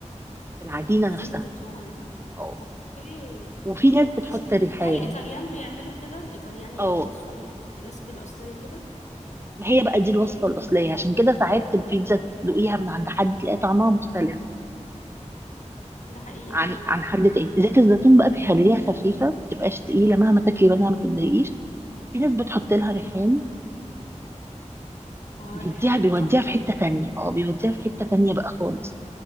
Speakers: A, on the right; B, on the left.
A: في العجينه
B: زيت
A: نفسها
B: زيتون
A: أو.
B: اوكي
A: وفي ناس
B: ماشي
A: بتحط ريحان
B: ده الايطاليان بيعملوا كده الايطاليان يعني
A: اه
B: الوصفه الريسبي الاصليه كده
A: ما هي بقى دي الوصفه الاصليه عشان كده ساعات البيتزا تدوقيها من عند حد تلاقي طعمها مختلف
B: ده حقيقي
A: عن
B: فعلا
A: عن حد تاني زيت الزيتون بقى بيخليها خفيفه ما بتبقاش تقيله مهما تاكلي منها ما تتضايقيش في ناس بتحط لها ريحان
B: اه
A: بيديها
B: الريحان بيبقى
A: بيوديها
B: تحفه
A: في حته مم. تانية اه بيوديها في حته تانية بقى خالص